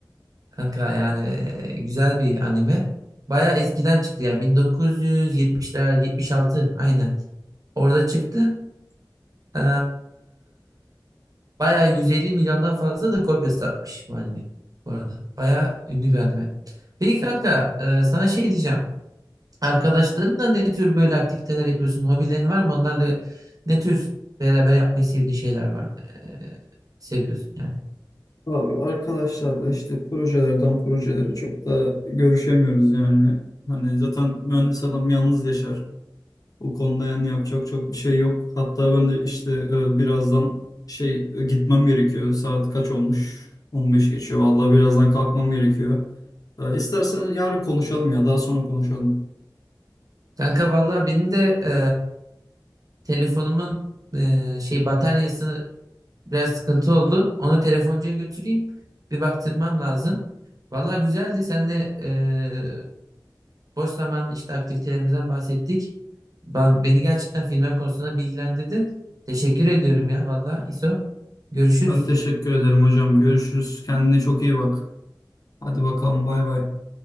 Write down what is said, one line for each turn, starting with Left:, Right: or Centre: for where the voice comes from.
Right: Kanka yani e, güzel bir anime. Baya eskiden çıktı yani 1970'ler 76 aynen. Orada çıktı. Ee, Bayağı 150 milyondan fazla da kopya satmış bu anime bu arada. Bayağı ünlü bir anime. Peki kanka e, sana şey diyeceğim. Arkadaşlarınla ne tür böyle aktiviteler yapıyorsun? Hobilerin var mı? Onlarla ne tür beraber yapmayı sevdiğin şeyler var? E, seviyorsun yani.
Left: Abi arkadaşlarla işte projelerden projelere çok da görüşemiyoruz yani. Hani zaten mühendis adam yalnız yaşar. O konuda yani yapacak çok bir şey yok. Hatta ben de işte e, birazdan şey e, gitmem gerekiyor. Saat kaç olmuş? 15 geçiyor. Vallahi birazdan kalkmam gerekiyor. E, İstersen yarın konuşalım ya daha sonra konuşalım.
Right: Kanka valla benim de e, telefonumun e, şey bataryası biraz sıkıntı oldu. Onu telefoncuya götüreyim. Bir baktırmam lazım. Valla güzeldi. Sen de e, Boş zaman işte aktivitelerimizden bahsettik. Ben, beni gerçekten filmler konusunda bilgilendirdin. Teşekkür ediyorum ya valla İso. Görüşürüz.
Left: Ben teşekkür ederim hocam. Görüşürüz. Kendine çok iyi bak. Hadi bakalım bay bay.